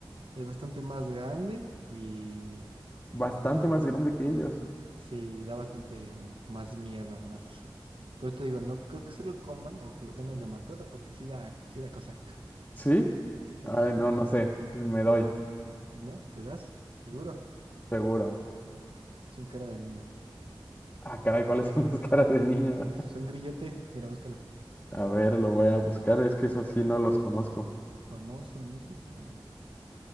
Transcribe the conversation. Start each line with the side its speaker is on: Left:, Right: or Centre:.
Right: es bastante más grande y
Left: bastante
Right: da bastante,
Left: más grande que ellos,
Right: sí, da bastante um, más miedo, más. Por eso te digo, no creo que se lo coman o que lo tengan de mascota, porque sí da, sí da cosa. <laughs>
Left: ¿sí?
Right: Sí,
Left: Ay,
Right: sí, sí.
Left: no, no sé, me doy,
Right: ¿No? ¿Te das? Seguro.
Left: seguro.
Right: Es un cara de niño.
Left: Ah, caray, ¿cuáles <laughs> son las caras de niño?
Right: Es un grillote. Mira, búscalo.
Left: A ver, lo voy a buscar, es que eso sí no los conozco.
Right: Famoso en México.